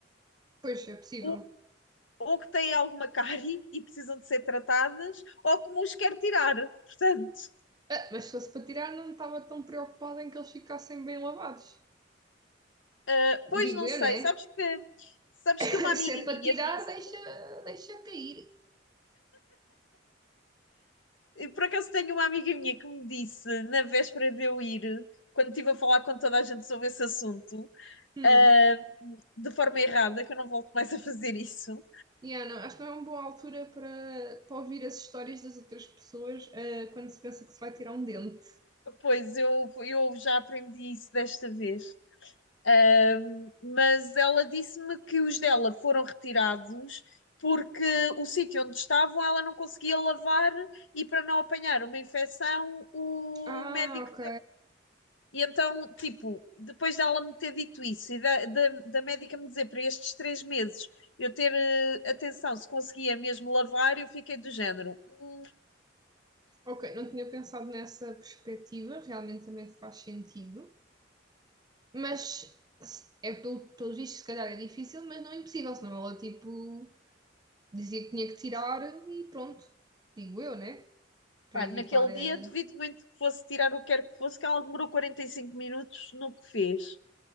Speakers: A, on the right; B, on the left.
A: pois é possível.
B: ou, ou que têm alguma cárie e precisam de ser tratadas, ou que me os quer tirar. Portanto,
A: Ah, mas se fosse para tirar, não estava tão preocupada em que eles ficassem bem lavados.
B: ah, pois
A: Digo
B: não
A: eu,
B: sei.
A: né?
B: Sabes que, sabes
A: <laughs>
B: que uma amiga
A: Se é
B: minha
A: para tirar,
B: disse
A: deixa, deixa cair.
B: E por acaso tenho uma amiga minha que me disse, na véspera de eu ir, quando estive a falar com toda a gente sobre esse assunto,
A: Hum.
B: ah, de forma errada, que eu não volto mais a fazer isso.
A: Yeah, não, acho que não é uma boa altura para, para ouvir as histórias das outras pessoas, ah, quando se pensa que se vai tirar um dente.
B: Ah, pois eu, eu já aprendi isso desta vez. Ah, mas ela disse-me que os dela foram retirados porque o sítio onde estavam ela não conseguia lavar e para não apanhar uma infecção, o
A: Ah,
B: médico
A: ok.
B: E então, tipo, depois dela me ter dito isso e da, da, da médica me dizer para estes três meses eu ter eh, atenção se conseguia mesmo lavar, eu fiquei do género. "Hum,
A: Ok, não tinha pensado nessa perspectiva, realmente também faz sentido. Mas se- é pelo, pelos vistos, se calhar é difícil, mas não é impossível, senão ela tipo dizia que tinha que tirar e pronto, digo eu, né? Para
B: pá,
A: evitar
B: naquele
A: a.
B: dia duvido muito que fosse tirar o que quer que fosse, que ela demorou 45 minutos no que fez.